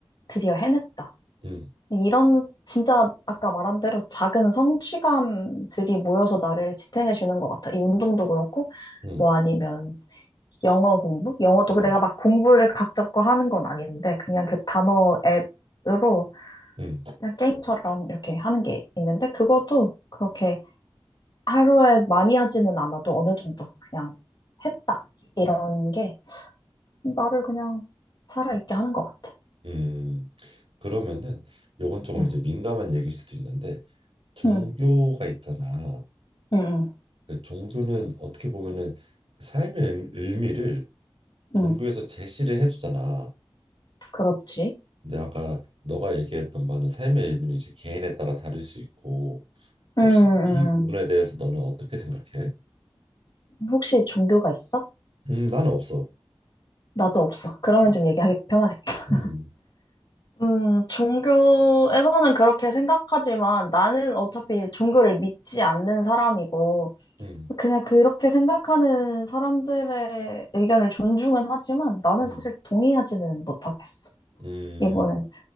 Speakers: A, on the left; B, on the right.
A: 드디어 해냈다.
B: 음,
A: 이런 진짜 아까 말한 대로 작은 성취감들이 모여서 나를 지탱해 주는 것 같아. 이 운동도 그렇고
B: 음,
A: 뭐 아니면 영어 공부? 영어도
B: 음, 음.
A: 그 내가 막 공부를 각 잡고 하는 건 아닌데 그냥 그 단어 앱으로
B: 음, 음,
A: 그냥 게임처럼 이렇게 하는 게 있는데 그것도 그렇게 하루에 많이 하지는 않아도 어느 정도 그냥 했다. 이런 게 나를 그냥 살아있게 하는 것 같아.
B: 음. 그러면은 요건 조금
A: 응,
B: 이제 민감한 얘기일 수도 있는데 종교가
A: 응,
B: 있잖아.
A: 응, 응,
B: 그 종교는 어떻게 보면은 그 삶의 의- 의미를 종교에서
A: 응.
B: 제시를 해주잖아.
A: 그렇지.
B: 근데 아까 너가 얘기했던 바는 삶의 의미는 이제 개인에 따라 다를 수 있고
A: 응
B: 혹시
A: 음,
B: 이 부분에
A: 음.
B: 대해서 너는 어떻게 생각해?
A: 혹시 종교가 있어?
B: 음, 나는 없어.
A: 나도 없어. 그러면
B: 음,
A: 좀 얘기하기 편하겠다. <laughs>
B: 음,
A: 음, 종교에서는 그렇게 생각하지만 나는 어차피 종교를 믿지 않는 사람이고,
B: 음,
A: 그냥 그렇게 생각하는 사람들의 의견을 존중은 하지만 나는
B: 음,
A: 사실 동의하지는 못하겠어.
B: 음,
A: 이거는